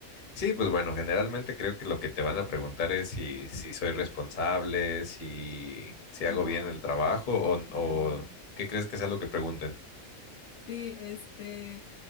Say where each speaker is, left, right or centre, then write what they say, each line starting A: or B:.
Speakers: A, on the left; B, on the left.
A: Sí, pues bueno, generalmente creo que lo que te van a preguntar es si, si soy responsable, si, si hago
B: No.
A: bien el trabajo o,
B: mm,
A: o qué crees que sea lo que pregunten.
B: Sí, este,